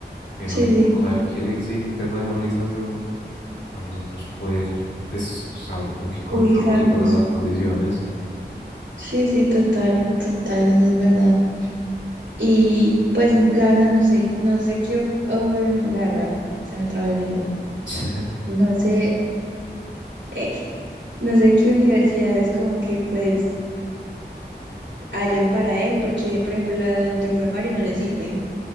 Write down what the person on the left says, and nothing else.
pero
necesitamos
saber qué le exige internacionalización para nosotros poder, pues, saber con qué contamos
y cuáles son las condiciones.
<laughs>